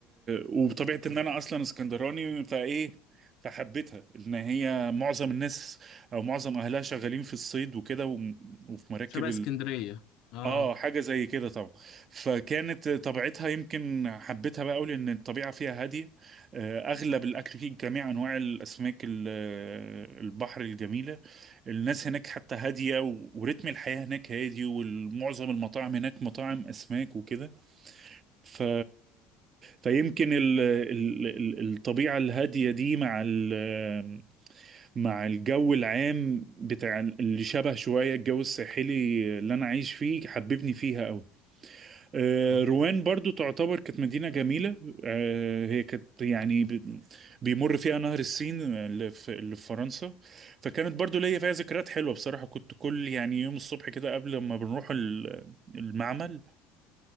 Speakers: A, on the right; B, on the left.
A: وبطبيعه ان انا اصلا اسكندراني فايه فحبيتها ان هي معظم الناس او معظم اهلها شغالين في الصيد وكده و- وفي مراكب
B: شبه اسكندرية اه
A: اه حاجة زي كده طبعا فكانت طبيعتها يمكن حبيتها بقى قوي لان الطبيعة فيها هادية آه، اغلب الاكل فيه جميع انواع الاسماك ال- آه، البحر الجميلة الناس هناك حتى هادية و- ورتم الحياة هناك هادي ومعظم المطاعم هناك مطاعم اسماك وكده ف... فيمكن ال... ال... ال- الطبيعة الهادية دي مع ال... مع الجو العام بتاع اللي شبه شوية الجو الساحلي اللي انا عايش فيه حببني فيها قوي آه،
B: اه
A: روان برضو تعتبر كانت مدينة جميلة آه، هي كانت يعني ب- بيمر فيها نهر السين اللي في اللي في فرنسا فكانت برضو ليا فيها ذكريات حلوة بصراحة كنت كل يعني يوم الصبح كده قبل ما بنروح ال- المعمل